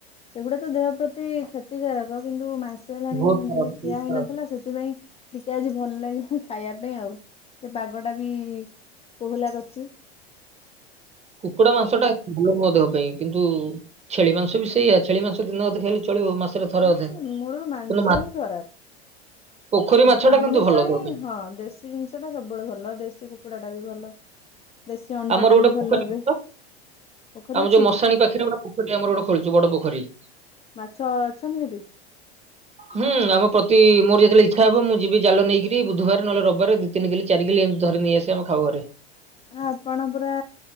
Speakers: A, on the left; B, on the right.
A: ସେଗୁଡା ତ ଦେହ ପ୍ରତି କ୍ଷତିକାରକ କିନ୍ତୁ ମାସ୍ ମାସେ ହେଲାଣି
B: ବହୁତ ଖରାପ
A: ଟିକେ ଖିଆ ହେଇନଥିଲା ସେଥିପାଇଁ ଟିକେ ଆଜି ଭଲ୍ ଲାଗିଲା ଖାଇବା ପାଇଁ ଆଉ ଟିକେ ପାଗ ଟା ବି କୋହଲା କରଚି।
B: କୁକୁଡ଼ା ମାଂସଟା ଗୁଡ୍ ନୁହଁ ଦେହ ପାଇଁ କିନ୍ତୁ ଛେଳି ମାଂସ ବି ସେଇୟା ଛେଳି ମାଂସ ଦିନେ ଅଧେ ଖାଇଲେ ଚଳିବ ମାସରେ ଥରେ ଅଧେ
A: ସେ ମୂଳୁରୁ ମାଂସ
B: କିନ୍ତୁ ମା
A: ହିଁ ଖରାପ।
B: ପୋଖରୀ
A: ହଁ
B: ମାଛ ଟା
A: ଆମିସହିଁ
B: କିନ୍ତୁ ଭଲ ଦେହ ପାଇଁ
A: ହଁ ଦେଶ ଦେଶୀ ଜିନିଷ ଟା ସବୁବେଳେ ଭଲ ଦେଶୀ କୁକୁଡ଼ାଟା ବି ଭଲ ଦେଶୀ ଅଣ୍ଡା
B: ଆମର
A: ଟା
B: ଗୋଟେ
A: ବି
B: ପୋଖରୀ
A: ଭଲ ଏବେ
B: ଥିଲା
A: ପୋଖରୀ
B: ଆମ
A: ଅଛି
B: ଯୋଉ ମଶାଣି ପାଖରେ ଗୋଟେ ପୋ ପୋଖରି ଆମର ଗୋଟେ ଖୋଲିଛୁ ବଡ ପୋଖରି।
A: ମାଛ ଅଛନ୍ତି ସେଠି?
B: ହୁଁ ଆମ ପ୍ରତି ମୋର ଯେତେବେଳେ ଇଚ୍ଛା ହବ ମୁଁ ଯିବି ଜାଲ ନେଇକରି ବୁଧବାର ନହେଲେ ରବିବାରେ। ତିନ କିଲ ଚାର କିଲ ଏମିତି ଧରି ନେଇ ଆସି ଆମେ ଖାଉ ଘରେ।
A: ଆପଣ ପୁରା